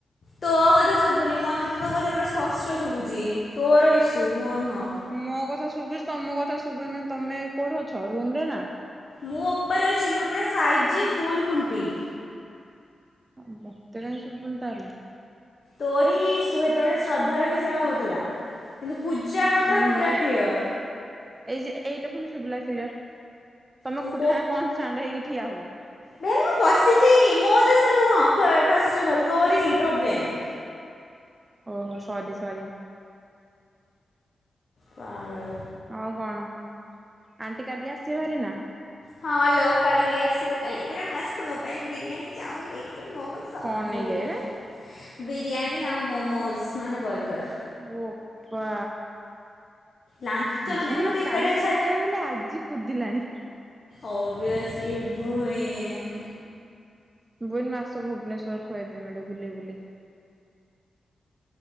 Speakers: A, on the left; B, on the right.
A: ତୋଅ କଥା ଶୁଭୁନି ମୋତେ ତ ତୋ କଥା ପୁରା ସ୍ପଷ୍ଟ ଶୁଭୁଚି ତୋର ଇସ୍ୟୁ ମୋର ନୁହଁ।
B: ମୋ କଥା ଶୁଭୁଚି ତମ କଥା ଶୁବେନା ତମେ କୋଉଠି ଅଛ ରୁମ ରେ ନା।
A: ମୋ ଉପରେ ଅଛି ମୋର ପୁରା ଫାଇଭ୍ ଜି ଫୁଲ ଖୁଣ୍ଟି।
B: <unintelligible> ଶୁଭୁନି ତାହେଲେ।
A: ତୋର ହିଁ ଇସୁ ହେତେବେଳେ ଶ୍ରଦ୍ଧାର ବି ସେୟା ହଉଥିଲା କିନ୍ତୁ ପୂଜା କଥା
B: ଉଁ
A: ପୁରା
B: ମାନେ
A: କ୍ଲିଅର।
B: ଏଇ ଯେ ଏଇ ଲ ଦେଖୁନୁ ଶୁବିଲା କ୍ଳିଅର ତମେ
A: ତୁ
B: <unintelligible> କଣଷ୍ଟାଣ୍ଡ ହେଇକି ଠିଆ ହୁଅ।
A: ଦେନ ମୁଁ ବସିଚି ମୋ ଦୋଶ ନୁହଁ ଫା ଫାଷ୍ଟଲ୍ ତୋର ପ୍ରୋବ୍ଲେମ।
B: ଓହୋ ସରି ସରି।
A: ପାଗଲ।
B: ଆଉ କଣ ଆଣ୍ଟି କାଲି ଆସିବେ ଭାରି ନା।
A: ହଁ ଲୋ କାଲି ଆସିବ କାଲି ପୁରା ମସ୍ତ ମୋ ପାଇଁ ବିରିୟାନୀ ଚାଓମିନ ଏକ ରୋଲ ମୋମୋ। ସବୁ
B: କଣ ନେଇକି ଆଇବେ?
A: ବିରିୟାନୀ ଆଉ ମୋମୋଜ ନହେଲେ ବର୍ଗର।
B: ବୋପା।
A: ଲାଞ୍ଚ
B: ହୁଁ
A: ନଦେଲେ
B: ଝିଅ
A: ମୋତେ ଏକାଟିଆ
B: କାଲି ଖାଇବ ବୋଲି ଆଜି କୁଦିଲାଣି।
A: ଅବିଅସ୍ଲି ଭୁଏନ୍।
B: ଭୁଏନ ମାସକୁ ଭୁବନେଶ୍ୱର ଖୁଆଇଦେବି ବୁଲେଇ ବୁଲେଇ।